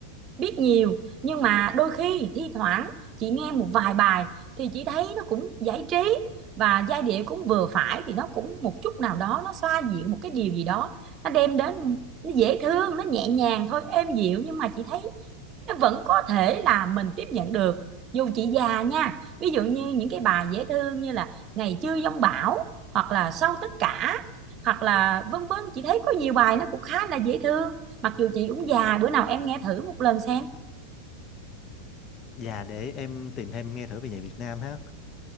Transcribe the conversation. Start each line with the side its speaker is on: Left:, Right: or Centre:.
Right: biết nhiều nhưng mà đôi khi thi thoảng chị nghe một vài bài thì chị thấy nó cũng giải trí và giai điệu cũng vừa phải thì nó cũng một chút nào đó nó xoa dịu một cái điều gì đó nó đem đến nó dễ thương nó nhẹ nhàng thôi êm dịu nhưng mà chị thấy nó vẫn có thể là mình tiếp nhận được dù chị già nha ví dụ như những cái bài dễ thương như là ngày chưa giông bão hoặc là sau tất cả hoặc là vân vân chị thấy có nhiều bài nó cũng khá là dễ thương mặc dù chị cũng già bữa nào em nghe thử một lần xem
Left: và để em tìm thêm nghe thử về nhạc Việt Nam ha